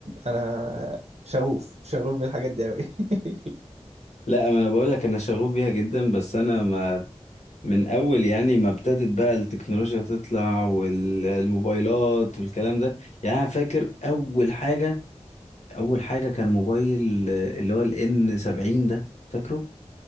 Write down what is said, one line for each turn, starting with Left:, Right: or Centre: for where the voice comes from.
Right: انا شغوف شغوف بالحاجات دي قوي <laughs>
Left: لا ما انا بقول لك انا شغوف بيها جدا بس انا ما من اول يعني ما ابتدت بقى التكنولوجيا تطلع والموبايلات والكلام ده يعني انا فاكر اول حاجة اول حاجه كان موبايل آه، اللي هو الان 70 ده فاكره